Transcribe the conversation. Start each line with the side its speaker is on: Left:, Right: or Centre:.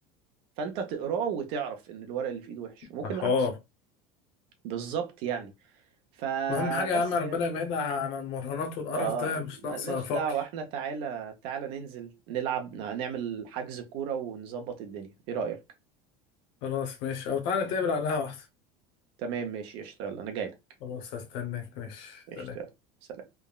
Right: فانت تقراه وتعرف ان الورق اللي في ايده وحش وممكن
Left: ده
Right: العكس
Left: حوار
Right: بالظبط يعني فبس
Left: اهم حاجة يا عم ربنا
Right: يعني
Left: يبعدها عن المراهنات والقرف
Right: اه
Left: ده مش
Right: ملناش
Left: ناقصة فقر
Right: دعوة احنا تعالى تعالى ننزل نلعب نعمل حجز كورة ونظبط الدنيا ايه رأيك؟
Left: خلاص ماشي او تعالى نتقابل على القهوة احسن
Right: تمام ماشي اشتغل انا جاي لك
Left: خلاص هستناك ماشي
Right: اشتغل
Left: سلام
Right: سلام